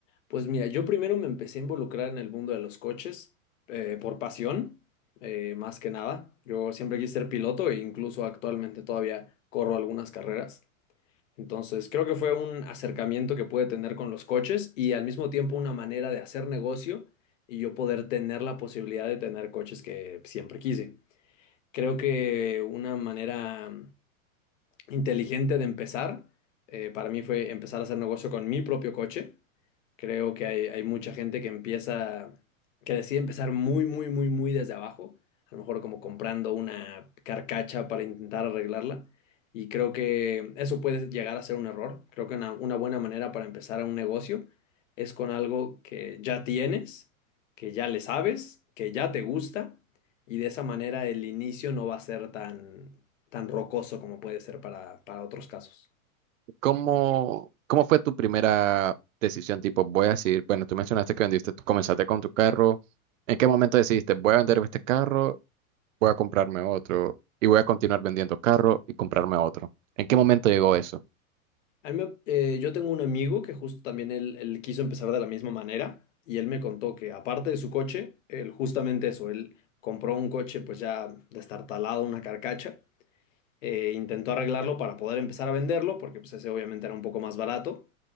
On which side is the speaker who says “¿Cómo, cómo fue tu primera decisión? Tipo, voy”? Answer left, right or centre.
Right